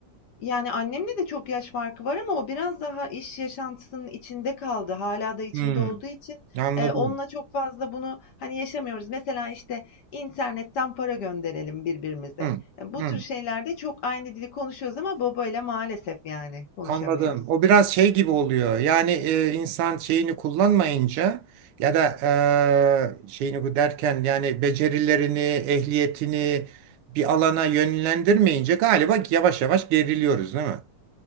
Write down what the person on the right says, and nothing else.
Hmm,
anladım.
Hmm,
hmm,
anladım. O biraz şey gibi oluyor. Yani e, insan şeyini kullanmayınca ya da e, şeyini bu derken yani becerilerini, ehliyetini bir alana yönlendirmeyince galiba yavaş yavaş geriliyoruz, değil mi?